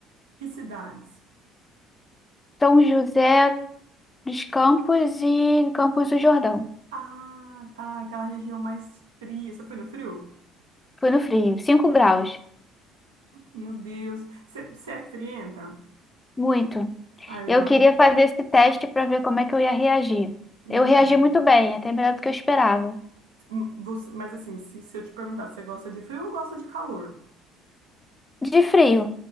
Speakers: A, on the right (about 90°); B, on the left (about 20°).
A: Que cidades?
B: São José dos Campos e Campos do Jordão.
A: Ah, tá, aquela região mais fria. Você foi no frio?
B: Foi no frio, 5 graus.
A: Meu Deus. Você, você é frienta?
B: Muito.
A: Ah, eu
B: Eu
A: imagino.
B: queria fazer esse teste para ver como é que eu ia reagir.
A: Uhum.
B: Eu reagi muito bem, até melhor do que eu esperava.
A: Hum, Você, mas assim, se, se eu te perguntar se você gosta de frio ou gosta de calor?
B: De frio,